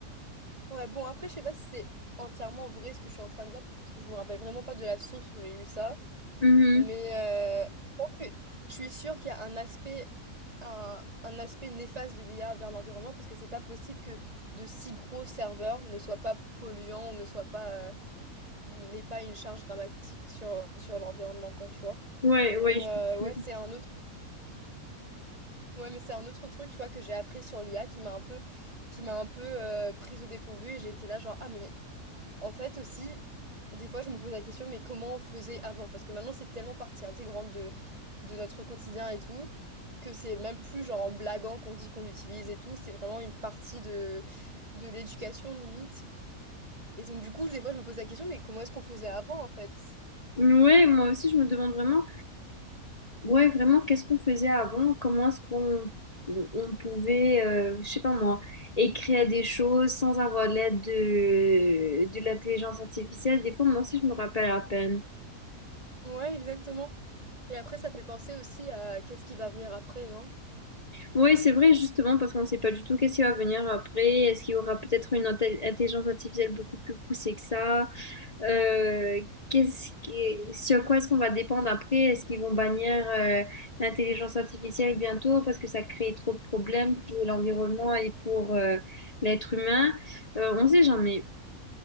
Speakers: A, on the right; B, on the left.
A: Ouais, bon, après, je sais pas si c'est entièrement vrai ce que je suis en train de dire parce que je me rappelle vraiment pas de la source où j'ai eu ça.
B: Mhm.
A: Mais euh, je pense que- je suis sûre qu'il y a un aspect, un, un aspect néfaste de l'IA vers l'environnement parce que c'est pas possible que de si gros serveurs ne soient pas polluants ou ne soient pas, euh, n'aient pas une charge dramatique sur, sur l'environnement, quoi, tu vois.
B: Ouais,
A: Mais
B: ouais, je-
A: euh, ouais, c'est un autre, ouais, mais c'est un autre truc, tu vois, que j'ai appris sur l'IA qui m'a un peu, qui m'a un peu euh, prise au dépourvu et j'ai été là, genre, ah, mais en fait aussi, des fois je me pose la question, mais comment on faisait avant? Parce que maintenant c'est tellement partie intégrante de, de notre quotidien et tout, que c'est même plus genre en blaguant qu'on dit qu'on l'utilise et tout, c'est vraiment une partie de, de l'éducation limite. Et donc du coup, des fois je me pose la question, mais comment est-ce qu'on faisait avant en fait?
B: ouais, moi aussi, je me demande vraiment. Ouais, vraiment, qu'est-ce qu'on faisait avant? Comment est-ce qu'on on on pouvait, euh, je sais pas moi, écrire des choses sans avoir l'aide de, de l'intelligence artificielle? Des fois, moi aussi, je me rappelle à peine.
A: Ouais, exactement. Et après ça fait penser aussi à qu'est-ce qui va venir après, non?
B: Oui, c'est vrai, justement, parce qu'on ne sait pas du tout qu'est-ce qui va venir après. Est-ce qu'il y aura peut-être une inte- intelligence artificielle beaucoup plus poussée que ça? Euh, qu'est-ce qui, sur quoi est-ce qu'on va dépendre après? Est-ce qu'ils vont bannir euh, l'intelligence artificielle bientôt parce que ça crée trop de problèmes pour l'environnement et pour euh, l'être humain? Euh, on sait jamais.